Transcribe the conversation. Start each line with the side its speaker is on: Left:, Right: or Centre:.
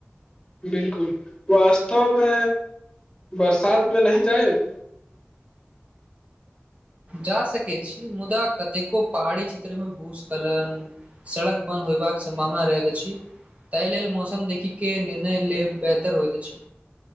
Left: बिलकुल वास्तवमे बरसातमे नहि जाएब
Right: जा सकैत छी मुदा कतेको पहाड़ी क्षेत्रमे भूस्खलन। सड़क बन्द होयबाक सम्भावना रहैत अछि। तहि लेल मौसम देखि के निर्णय लेब बेहतर होइत अछि।